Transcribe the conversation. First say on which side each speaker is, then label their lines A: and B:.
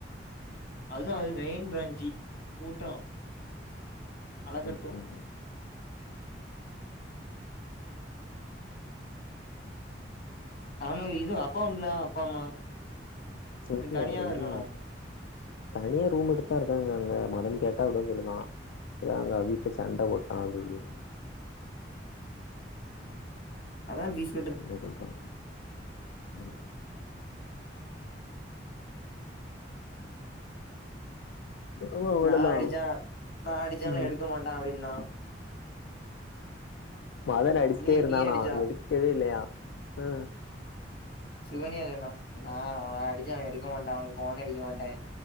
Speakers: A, on the left; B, on the left.
A: அதுவு அது மெயின் பிராஞ்சி கூட்டோ அளக்கட்டு
B: ம் ஹும்
A: அவுனுக்கு இது அப்பா அம் இல்ல அப்பா அம்மா
B: தெர்ல
A: இல்ல தனியாதா
B: எதுவுமே
A: இருக்கானோ
B: நடக்க தனியா ரூம் எடுத்துதா இருக்காங்க அங்க மதன் கேட்டா அப்டிதா சொல்லுதா எதா அங்க வீட்ல சண்ட போட்டுட்டா அப்டின்னு
A: அதா விஸ்
B: என்ன பண்றா ம் ஆமா அவ்ளோதா
A: நா அடிச்சா நா அடிச்சாலு
B: ம்
A: எடுக்க மாண்டா அப்டின்னா
B: மதன் அடிச்சுட்டே
A: நீ
B: இருந்தானா
A: நீ அடிச்சா
B: எடுக்கவே இல்லையா ஆ
A: சுகன்யா சொன்னா நா அவ அடிச்சா அவ எடுக்க மாண்டா அவனுக்கு ஃபோனே அடிக்க மாட்டே